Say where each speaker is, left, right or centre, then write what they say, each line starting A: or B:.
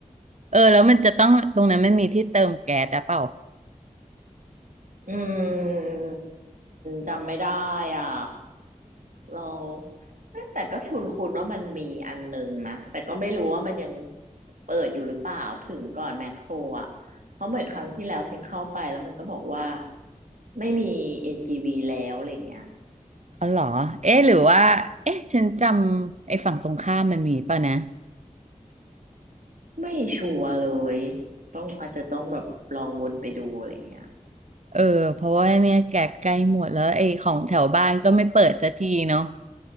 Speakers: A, on the right; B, on the right.
A: เออแล้วมันจะต้องตรงนั้นมันมีที่เติมแก๊สหรือเปล่า
B: อืมจำไม่ได้อ่ะเราเอ๊ะแต่ก็คุ้นคุว่ามันมีอันหนึ่งนะแต่ก็ไม่รู้ว่ามันยังเปิดอยู่หรือเปล่าถึงก่อนแมคโครอ่ะเพราะเหมือนครั้งที่แล้วฉันเข้าไปแล้วมันก็บอกว่า ไม่มี NGV แล้วอะไรเงี้ย
A: อ๋อเหรอเอ๊ะหรือว่าเอ๊ะฉันจำไอ้ฝั่งตรงข้ามมันมีเปล่านะ
B: ไม่ชัวร์เลยต้องอาจจะต้องแบบลองวนไปดูอะไรเงี้ย
A: เออเพราะว่าเนี่ยแก๊สใกล้หมดแล้วไอ้ของแถวบ้านก็ไม่เปิดสักทีเนาะ